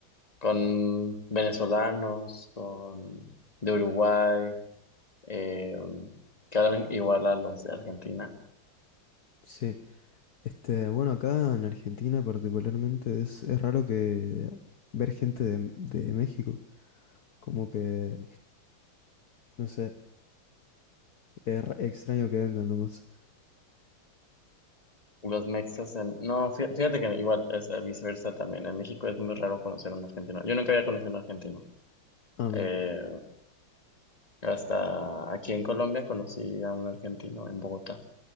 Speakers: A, on the left (about 20°); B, on the left (about 55°).
A: con venezolanos, con de Uruguay, eh, que hablan igual a los de Argentina.
B: sí. Este, bueno, acá en Argentina particularmente es, es raro que ver gente de, de México. Como que, no sé, es ra- extraño que vengan nomás.
A: Los mexas en... No, fí- fíjate que igual es eh, viceversa también. En México es muy raro conocer a un argentino. Yo nunca había conocido a un argentino.
B: Ah, mira.
A: Eh,
B: <laughs>
A: hasta aquí en Colombia conocí a un argentino en Bogotá.